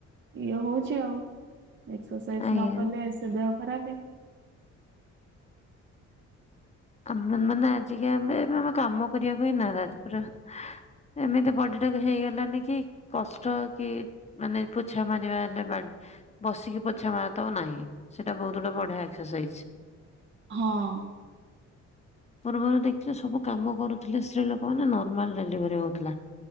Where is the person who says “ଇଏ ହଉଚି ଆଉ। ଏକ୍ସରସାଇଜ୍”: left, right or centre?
Right